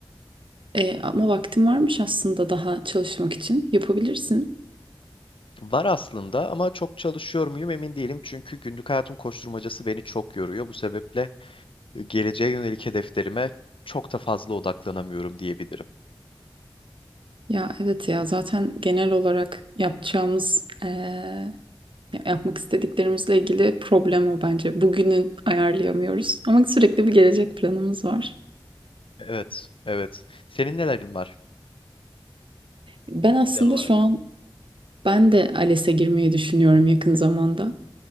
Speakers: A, on the right; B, on the left.
A: E, ama vaktin varmış aslında daha çalışmak için. Yapabilirsin.
B: Var aslında ama çok çalışıyor muyum emin değilim. Çünkü günlük hayatın koşturmacası beni çok yoruyor. Bu sebeple geleceğe yönelik hedeflerime çok da fazla odaklanamıyorum diyebilirim.
A: Ya evet ya zaten genel olarak yapacağımız, e, yapmak istediklerimizle ilgili problem o bence. Bugünün ayarlayamıyoruz ama sürekli bir gelecek planımız var.
B: Evet, evet. Senin nelerin var?
A: Ben aslında
B: Plan olarak.
A: şu an ben de ALES'e girmeyi düşünüyorum yakın zamanda.